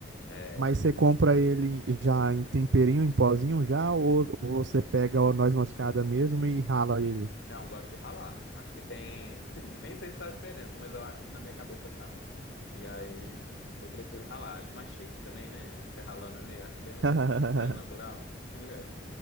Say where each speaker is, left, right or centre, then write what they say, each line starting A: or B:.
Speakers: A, on the left (about 75°); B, on the right (about 85°).
A: É,
B: Mas você compra ele já em temperinho, em pozinho já, ou você pega o noz moscada mesmo e rala ele?
A: Não, gosto de ralar. Acho que tem. <laughs> Nem sei se faz diferença, mas eu- na minha cabeça faz. E aí eu prefiro ralar. Acho mais chique também, né? Você ralando ali, acho bem legal.
B: <laughs>
A: Mais natural. <laughs>